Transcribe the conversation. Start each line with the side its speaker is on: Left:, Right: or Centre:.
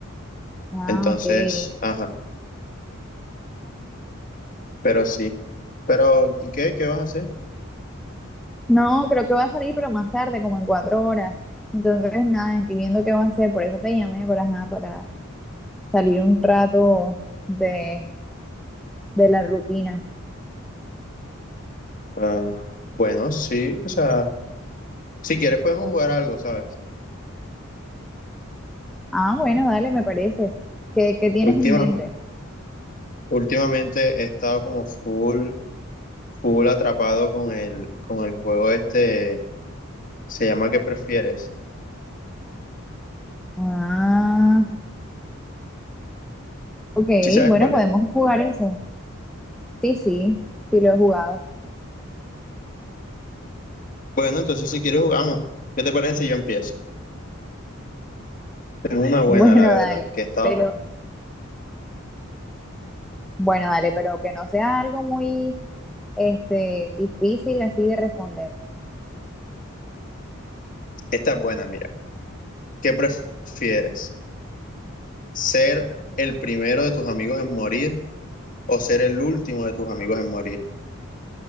Centre: Ah,
Left: Entonces,
Centre: ok.
Left: ajá, pero sí. Pero, ¿y qué? ¿Qué vas a hacer?
Centre: No, creo que va a salir, pero más tarde, como en cuatro horas. Entonces, nada, estoy viendo qué va a hacer, por eso te llamé para, ajá, para salir un rato de, de la rutina.
Left: Ah, bueno, sí, o sea, si quieres podemos jugar algo, ¿sabes?
Centre: Ah, bueno, dale, me parece. ¿Qué, qué tienes
Left: Últimamente,
Centre: en mente?
Left: últimamente he estado como full, full atrapado con el, con el juego este, se llama ¿Qué prefieres?
Centre: Ah, ok,
Left: Sí sabes
Centre: bueno,
Left: cuál
Centre: podemos
Left: es.
Centre: jugar eso. Sí, sí, sí lo he jugado. <laughs>
Left: Bueno, entonces si quieres jugamos. ¿Qué te parece si yo empiezo? Tengo una buena,
Centre: Bueno,
Left: la verdad,
Centre: dale,
Left: que estaba...
Centre: pero bueno, dale, pero que no sea algo muy este difícil así de responder.
Left: Esta es buena, mira. ¿Qué prefieres? ¿Ser el primero de tus amigos en morir o ser el último de tus amigos en morir?